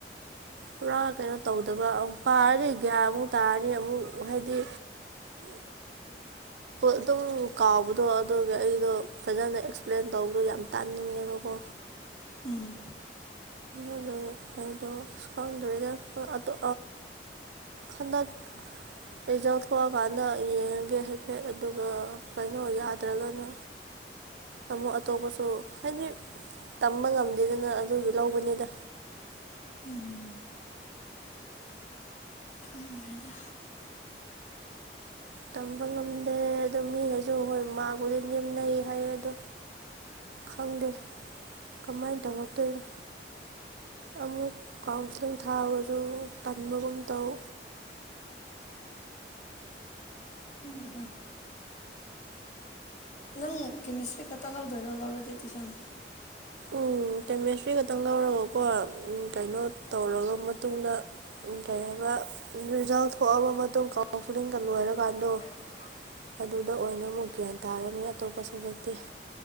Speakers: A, on the right; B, on the left.
A: ꯄꯨꯔꯥ ꯀꯩꯅꯣ ꯇꯧꯗꯕ ꯑꯃ ꯄꯥꯔꯅꯤ ꯒ꯭ꯌꯥꯟꯃꯨꯛ ꯇꯥꯔꯅꯤ ꯑꯃꯨꯛ ꯍꯥꯏꯗꯤ ꯑꯗꯨꯝ ꯀꯥꯎꯕꯗꯣ ꯑꯗꯨꯒꯒꯤ ꯑꯩꯗꯣ ꯐꯖꯅ ꯑꯦꯛꯁꯄ꯭ꯂꯦꯟ ꯇꯧꯕꯗꯣ ꯌꯥꯝ ꯇꯥꯅꯤꯡꯉꯦꯕꯀꯣ
B: ꯎꯝ
A: ꯑ ꯑꯩꯗꯀꯗ ꯑꯗ ꯑꯗ ꯑꯩꯖꯧꯊꯑꯀꯥꯟꯗ ꯌꯦꯡꯉꯒꯦ ꯍꯥꯏꯐꯦꯠ ꯑꯗꯨꯒ ꯀꯩꯅꯣ ꯌꯥꯗ꯭ꯔꯒꯅ ꯑꯃꯨꯛ ꯑꯇꯣꯞꯄꯁꯨ ꯍꯥꯏꯗꯤ ꯇꯝꯕ ꯉꯝꯗꯦꯗꯅ ꯑꯗꯨꯒꯤ ꯂꯧꯕꯅꯤꯗ
B: ꯎꯝ ꯊꯪꯈ꯭ꯔꯦꯗ
A: ꯇꯝꯕ ꯉꯝꯗꯦ ꯑꯗꯨꯗ ꯃꯤꯈꯩꯁꯨ ꯍꯣꯏ ꯃꯥꯕꯨꯗꯤ ꯅꯦꯝꯅꯩ ꯍꯥꯏꯌꯦ ꯑꯗꯣ ꯈꯪꯗꯦ ꯀꯃꯥꯏꯅ ꯇꯧꯔꯛꯇꯣꯏꯅꯣ ꯑꯃꯨꯛ ꯀꯥꯎꯟꯁꯤꯂꯤꯡ ꯊꯥꯔꯒꯁꯨ ꯄꯟꯕꯒꯨꯝ ꯇꯧ
B: ꯍꯗꯀ ꯅꯪ ꯀꯦꯃꯤꯁꯇ꯭ꯔꯤ ꯈꯛꯇ ꯂꯧꯗꯣꯏꯔꯣ ꯂꯧꯔꯗꯤ ꯇꯨꯤꯁꯟ
A: ꯎꯝ ꯀꯦꯃꯦꯁꯇ꯭ꯔꯤ ꯈꯛꯇꯪ ꯂꯧꯔꯒꯀꯣ ꯎ ꯀꯩꯅꯣ ꯇꯧꯔꯒ ꯃꯇꯨꯡꯗ ꯎ ꯀꯩ ꯍꯥꯏꯕ ꯔꯤꯖꯜ ꯊꯣꯛꯑꯕ ꯃꯇꯨꯡ ꯀꯥꯎꯟꯁꯤꯂꯤꯡꯒ ꯂꯣꯏꯔꯀꯥꯟꯗꯣ
B: ꯎ
A: ꯑꯗꯨꯗ ꯑꯣꯏꯅ ꯑꯃꯨꯛ ꯒ꯭ꯌꯥꯟ ꯇꯥꯔꯅꯤ ꯑꯇꯣꯞꯄ ꯁꯕꯖꯦꯛꯇꯤ